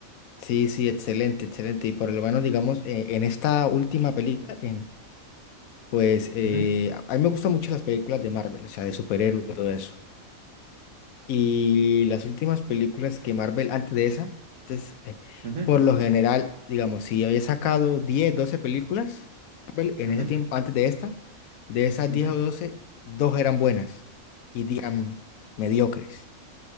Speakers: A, on the left (about 85°); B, on the right (about 70°).
A: Sí, sí, excelente, excelente. Y por lo menos, digamos, eh, en esta última película, en- pues eh,
B: Ujú,
A: a a mí me gustan mucho las películas de Marvel, o sea, de superhéroes y todo eso. Y las últimas películas que Marvel, antes de esa, entonces, eh,
B: ujú,
A: por lo general, digamos, si había sacado 10, 12 películas, Marvel, en
B: ujú,
A: ese tiempo, antes de esta, de esas
B: ujú.
A: 10 o 12, dos eran buenas y 10 eran mediocres.